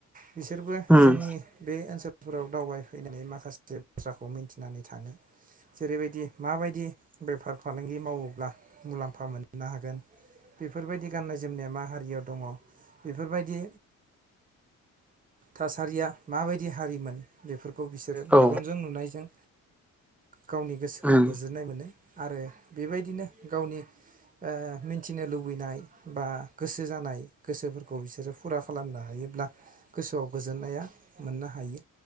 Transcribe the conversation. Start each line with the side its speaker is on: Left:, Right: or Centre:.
Right: बिसोरबो
Centre: उम उम औ
Right: जोंनि
Centre: उम
Right: बे ओनसोल गफोराव दावबायफैनानै माखासे बाथ्राखौ मिन्थिनानै थाङो। जेरैबायदि माबायदि बेफार फालांगि मावोब्ला मुलाम्फा मोननो हागोन बे बेफोरबायदि गाननाय जोमनाया मा हारियाव दङ बेफोरबायदि थासारिया माबायदि हारिमोन बेफोरखौ बेखौ बिसोरो मेगनजों
Centre: औ
Right: नुनायजों गावनि गोसोखौ
Centre: उम उम
Right: गोजोननाय मोनो आरो बेबायदिनो गावनि ओ मिन्थिनो लुबैनाय बा गोसो जानाय गोसोफोरखौ बिसोरो फुरा खालामनो हायोब्ला गोसोआव गोजोननाया मोननो हायो